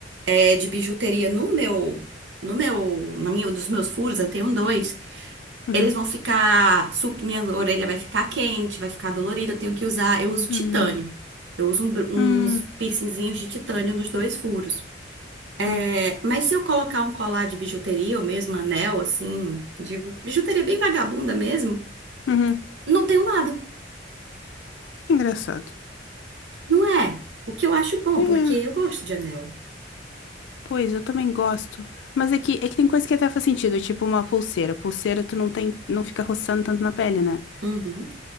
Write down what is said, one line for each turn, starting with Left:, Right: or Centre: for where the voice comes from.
Right: é, de bijuteria no meu, no meu, na minha, nos meus furos, eu tenho dois.
Left: Uhum.
Right: Eles vão ficar, su- minha orelha vai ficar quente, vai ficar dolorida. Eu tenho que usar, eu uso titânio.
Left: Hum,
Right: Eu uso um br- uns
Left: hum,
Right: piercingzinhos de titânio nos dois furos.
Left: uhum,
Right: É, mas se eu colocar um colar de bijuteria ou mesmo anel, assim, de bijuteria bem vagabunda mesmo,
Left: uhum.
Right: não tenho nada.
Left: Engraçado.
Right: Não é? O que eu acho bom,
Left: É,
Right: porque eu gosto de anel.
Left: pois eu também gosto. Mas é que, é que tem coisa que até faz sentido, tipo uma pulseira. Pulseira tu não tem, não fica roçando tanto na pele, né?
Right: Uhum.